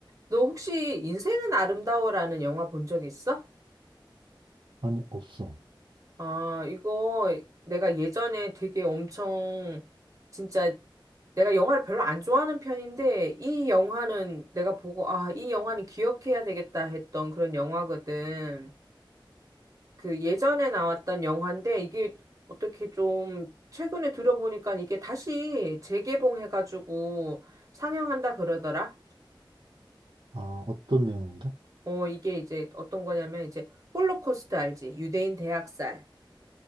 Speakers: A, on the right; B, on the right.
A: 너 혹시 인생은 아름다워라는 영화 본 적 있어?
B: 아니, 없어.
A: 아, 이거 내가 예전에 되게 엄청 진짜 내가 영화를 별로 안 좋아하는 편인데 이 영화는 내가 보고 아, 이 영화는 기억해야 되겠다 했던 그런 영화거든. 그 예전에 나왔던 영화인데 이게 어떻게 좀 최근에 들어보니까 이게 다시 재개봉해가지고 상영한다 그러더라.
B: 아, 어떤 내용인데?
A: 어, 이게 이제 어떤 거냐면 이제 홀로코스트 알지? 유대인 대학살.